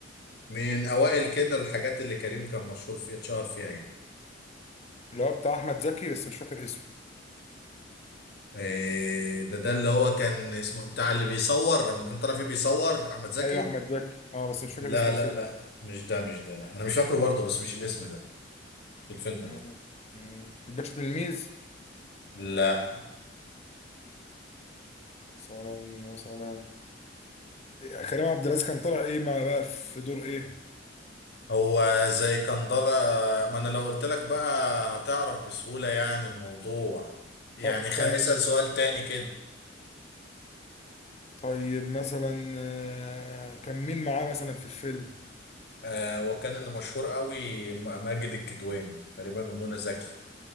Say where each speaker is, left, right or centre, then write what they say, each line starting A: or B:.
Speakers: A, on the left; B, on the left.
A: من اوائل كده الحاجات اللي كريم كان مشهور فيها اتشهر فيها يعني
B: اللي هو بتاع احمد زكي بس مش فاكر اسمه
A: إيه ده ده اللي هو كان اسمه بتاع اللي بيصور لما كان طالع فيه بيصور احمد زكي
B: ايوه احمد زكي اه بس مش فاكر
A: لا
B: اسم الفيلم
A: لا لا مش ده مش ده لا انا مش فاكره برضه بس مش الاسم ده الفيلم ده
B: مم. مم. الباشا تلميذ
A: لا
B: مثلا مثلا إيه، كريم عبد العزيز كان طالع ايه ما بقى في دور ايه
A: هو زي كان ضلا ما انا لو قلت لك بقى هتعرف بسهولة يعني الموضوع يعني
B: طب
A: خ...
B: كان
A: اسأل سؤال تاني كده
B: طيب مثلا آه، كان مين معاه مثلا في الفيلم
A: آه وكان اللي مشهور قوي م- ماجد الكدواني تقريبا ومنى زكي